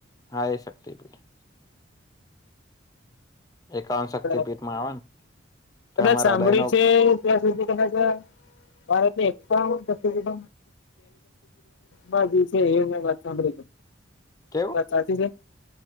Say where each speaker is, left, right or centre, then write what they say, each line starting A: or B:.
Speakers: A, on the left; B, on the left.
A: હા એ <unintelligible> શક્તિપીઠ
B: બ
A: માં આવે ને તમારા
B: કદાચ સાંભળી
A: હૃદય નો
B: છે ત્યાં સુધી કદાચ મારે તે પ્લેટફોર્મ બા જ છે એ વાત સાંભળી છે
A: કેવું
B: વાત સાચી છે